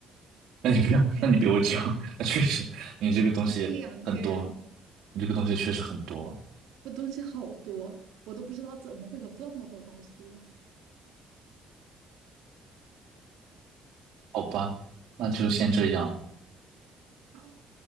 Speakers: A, on the right; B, on the right.
A: 那你比我
B: 还搬，
A: <laughs> 那你比我久，<laughs> 那确实你这个东西很多，
B: 还是两个人，
A: 你这个东西确实很多。
B: 我东西好多，我都不知道怎么会有这么多东西的。
A: 好吧，那就先这样。
B: 好。